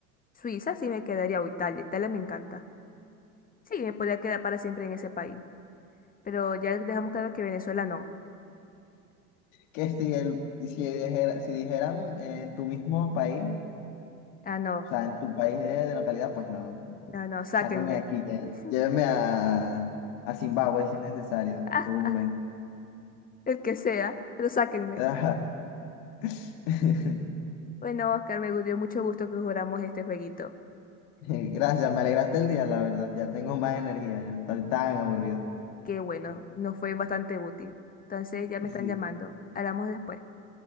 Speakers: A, on the left; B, on the left.
A: Suiza, sí me quedaría o Italia. Italia me encanta. Sí, me podría quedar para siempre en ese país. Pero ya dejamos claro que Venezuela no.
B: Que si el, si dijera, si dijeran en tu mismo país,
A: Ah, no,
B: o sea, en tu país de, de localidad, pues no.
A: no, no, sáquenme.
B: Sáqueme de aquí, lle-
A: <laughs>
B: lléveme a, a Zimbabue si es necesario,
A: Ah,
B: por un mes.
A: el que sea, pero sáquenme.
B: Ajá. <laughs>
A: Bueno, Oscar, me dio mucho gusto que jugáramos este jueguito.
B: Gracias, me alegraste el día, la verdad. Ya tengo más energía, ya no estoy tan aburrido.
A: Qué bueno, nos fue bastante útil. Entonces ya me
B: Sí.
A: están llamando. Hablamos después.